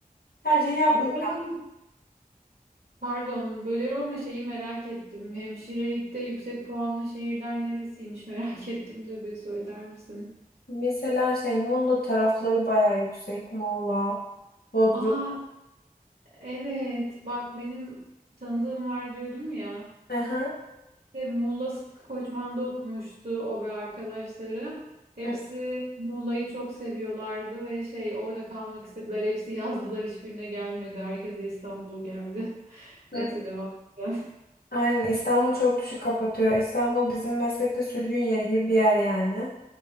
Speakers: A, on the left; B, on the right.
A: Tercih yapmayacağım.
B: Bu arada pardon bölüyorum ama şeyi merak ettim. Hemşirelikte yüksek puanlı şehirler neresiymiş merak <laughs> ettim de bir söyler misin?
A: Mesela şey Muğla tarafları bayağı yüksek. Muğla, Bodrum.
B: Aa evet bak benim tanıdığım var diyordum ya.
A: Aha.
B: İşte Muğla Sıtkı Koçman'da okumuştu o ve arkadaşları. Hepsi
A: Hı
B: Muğla'yı çok seviyorlardı ve şey orada kalmak istediler. Hepsi yazdılar hiçbirine gelmedi. Herkese İstanbul geldi. <laughs>
A: hı.
B: Neyse devam edelim. <laughs>
A: Aynen İstanbul çok düşük kapatıyor. İstanbul bizim meslekte sürgün yeri gibi bir yer yani.